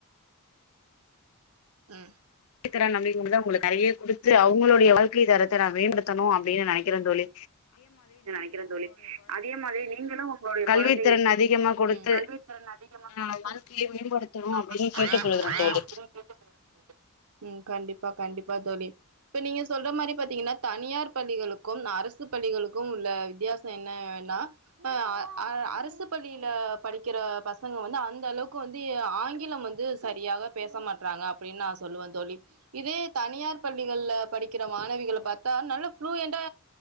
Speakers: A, on the right; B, on the left.
A: ம்
B: க்குறேன் நம்பிக்கிய அப்டிங்கிறத அவங்களுக்கு நறைய குடுத்து அவங்களொடைய வாழ்க்கை தரத்த தர வேண்டுத்தணும் அப்படின்னு நெனைக்கிறேன் தோலி
A: நெனைக்கிறேன் தோழி அதே மாதிரி நீங்களும் உங்களுடைய
B: கல்வித்திறன்
A: கொழந்தைங்க
B: அதிகமா கொடுத்து
A: கல்வி திறன் அதிகமா
B: ஆ
A: கொடுத்து
B: வாழ்க்கையை மேம்படுத்தணு அப்படின்னு
A: <inaudible> கேட்டுக்
B: கேட்டுக்கொள்கிறேன் தோழி
A: கொள்கிறேன் ம் கண்டிப்பா கண்டிப்பா தோலி இப்ப நீங்க சொல்ற மாரி பாத்தீங்கன்னா தனியார் பள்ளிகளுக்கும் அரசு பள்ளிகளுக் கும் உள்ள வித்தியாச என்னன்னா ஆ அரசு பள்ளியில படிக்கிற பசங்க வந்து அந்த அளவுக்கு வந்து ஆங்கிலம் வந்து சரியாக பேச மாட்றாங்க அப்படின்னு நான் சொல்லுவேன் தோழி இதே தனியார் பள்ளிகள்ளல படிக்கிற மாணவிகள பாத்தா நல்ல ஃப்ளுயென்டா